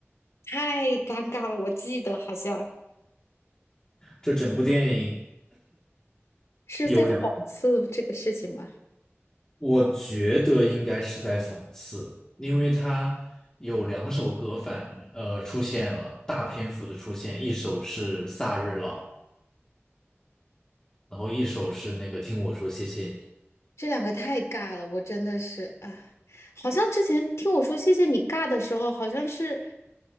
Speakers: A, on the left (about 80°); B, on the left (about 15°).
A: 太尴尬了，我记得好像
B: 这整部电影
A: 是在讽刺这个事情吧。
B: <coughs> 有。两。我觉得应该是在讽刺，因为他有两首歌反呃出现了，大篇幅的出现，一首是《萨日朗》，然后一首是那个《听我说谢谢你》。
A: 这两个太尬了，我真的是啊，好像之前听我说谢谢你尬的时候，好像是